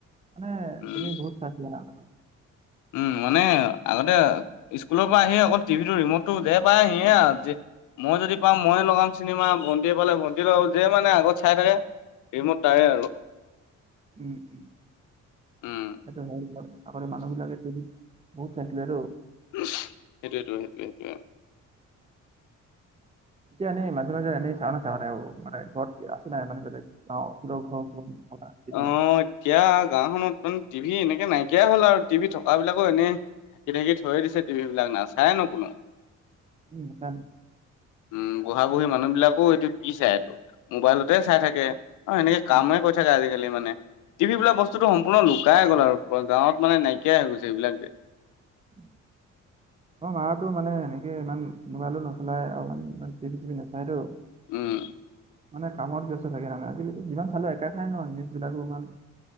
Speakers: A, on the right (about 20°); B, on the left (about 85°).
A: মানে
B: উম
A: তুমি বহুত চাইছিলা আগতে।
B: উম মানে আগতে স্কুলৰ পৰা আহি অকল টিভিটো ৰিমটটো যে পায় সিয়ে আও মই যদি পাম মইয়ে লগাম চিনেমা, ভণ্টিয়ে পালে ভণ্টিয়ে লগাব যে মানে আগত চাই থাকে ৰিমত তাৰে আৰু।
A: উম উম
B: উম
A: সেইটো হয় আগতে মানুহবিলাকে যদি বহুত চাইছিলেটো।
B: সেইটোৱটো সেইটোৱে সেইটোৱে।
A: এতিয়া এনেই মাজে মাজে এনেই চাও নেচাও সেইবোৰ মানে ঘৰত আছে নাই মানে ধৰি ল অ সৰ ঘৰ থকা টিভি
B: অ এতিয়া গাঁওখনত চোন টিভি এনেকে নাইকিয়াই হ'ল আৰু টিভি থকা বিলাকো এনেই তেনেকেই থৈয়ে দিছে টিভিবিলাক নাচায়ে ন কোনোও।
A: উম নাচায়।
B: উম বুঢ়া-বুঢ়ী মানুহবিলাকো এইটো কি চাই এইটো মোবাইলতে চাই থাকে অ এনেকে কামহে
A: উম
B: কৰি থাকে আজি লমানে টিভি বিলাক বস্তুটো সম্পূৰ্ণ লুকাই গ'ল আৰু গাঁৱত মানে নাইকিয়াই হৈ গৈছেইবিলাক যে
A: <inaudible> অ হয় আৰু তোৰ মানে এনেকে ইমান মোবাইলো নচলাই আৰু মানে ইমান টিভি-চিভি নাচায়টো।
B: উম।
A: মানে কামত ব্যস্ত থাকে নে আজিকালিটো যিমান চালেও একে কথাই ন নিউজবিলাকৰ কাৰণে।